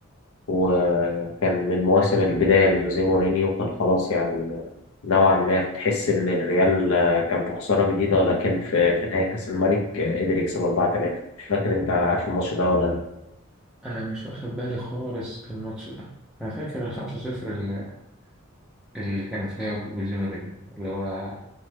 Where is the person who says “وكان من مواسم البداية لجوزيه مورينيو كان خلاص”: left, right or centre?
Left